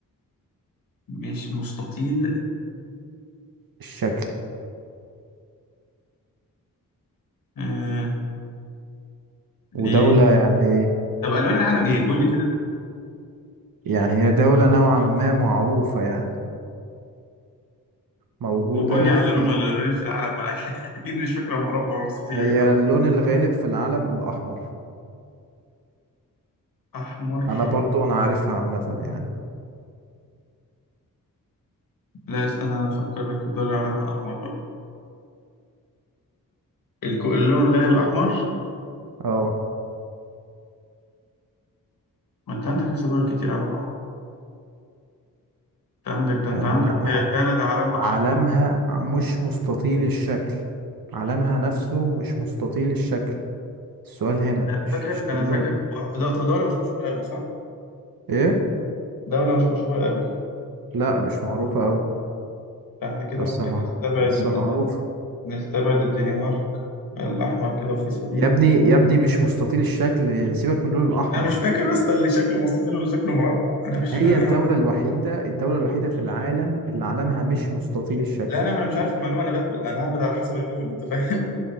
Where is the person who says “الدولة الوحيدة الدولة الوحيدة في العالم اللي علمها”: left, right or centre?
Right